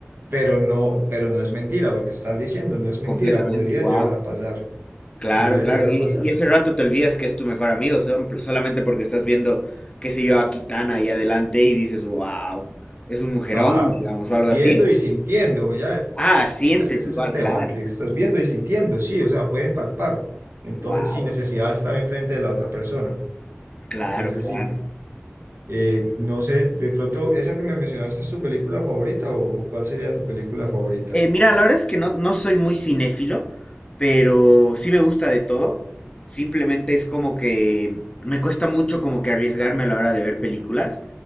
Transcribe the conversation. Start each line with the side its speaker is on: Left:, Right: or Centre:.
Right: Pero no, pero no es mentira, lo que están diciendo no es mentira,
Left: completamente,
Right: podría
Left: wow.
Right: llegar a pasar,
Left: Claro,
Right: podría
Left: claro,
Right: llegar
Left: y,
Right: a pasar.
Left: y ese rato te olvidas que es tu mejor amigo, son- solamente porque estás viendo, qué sé yo, a Kitana ahí adelante y dices, wow, es un mujerón,
Right: Ajá,
Left: digamos, o algo
Right: viendo
Left: así, ¿no?
Right: y sintiendo, ya,
Left: Ah, sientes
Right: es que ese
Left: igual,
Right: es el tema,
Left: claro,
Right: que estás viendo y sintiendo, sí, o sea, pueden palpar, entonces,
Left: wow,
Right: sin necesidad de estar enfrente de la otra persona.
Left: claro,
Right: Entonces,
Left: claro.
Right: sí, eh, no sé, de pronto, ¿esa que me mencionaste es tu película favorita o, o cuál sería tu película favorita?
Left: Eh, mira, la verdad es que no, no soy muy cinéfilo, pero sí me gusta de todo. Simplemente es como que me cuesta mucho como que arriesgarme a la hora de ver películas.